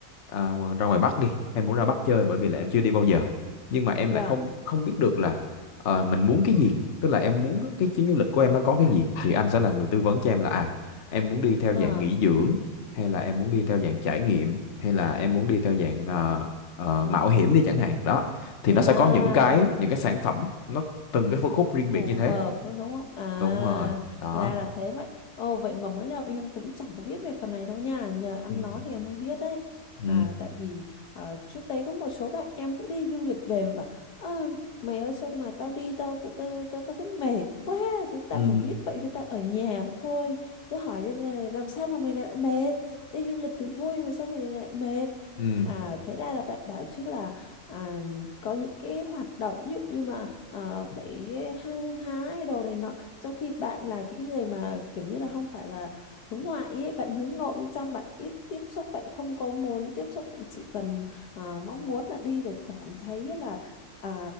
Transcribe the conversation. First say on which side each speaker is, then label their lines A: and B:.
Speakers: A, on the left; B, on the left.
A: à, ngo- ra ngoài Bắc đi em muốn ra Bắc chơi bởi vì là em chưa đi bao giờ nhưng mà em
B: vâng
A: lại không không biết được là ờ, mình muốn cái gì tức là em muốn cái chuyến du lịch của em nó có cái gì thì anh sẽ là người tư vấn cho em là à em muốn đi theo
B: à
A: dạng nghỉ dưỡng hay là em muốn đi theo dạng trải nghiệm hay là em muốn đi theo dạng ờ, ờ, mạo hiểm đi chẳng hạn đó thì nó
B: à
A: sẽ có những cái những cái sản phẩm nó từng cái phân khúc riêng biệt
B: phù
A: như thế
B: hợp đúng đúng không à
A: đúng rồi đó
B: ra là thế vậy ồ vậy mà mới đầu em cũng chẳng có biết về phần này đâu nha nhờ ăn
A: ừ
B: nó thì em mới biết đấy
A: ừ
B: à tại vì ờ, trước đấy có một số bạn em cũng đi du lịch về mà bảo "Ơ, mày ơi sao mà tao đi tao tao tao, tao thấy mệt quá Thế tao
A: ừ
B: mà biết vậy thì tao ở nhà mà thôi tao hỏi đây là làm sao mà mày lại mệt đi du lịch thì vui mà sao mày lại mệt
A: ừ
B: à thế ra là bạn bảo chứ là à, có những cái hoạt động ví dụ như mà ờ, phải hăng hái đồ này nọ trong khi bạn là cái người mà kiểu như là không phải là hướng ngoại ấy bạn hướng nội bên trong bạn ít tiếp xúc bạn không có muốn tiếp xúc bạn chỉ cần ờ, mong muốn là đi để cảm thấy là ờ,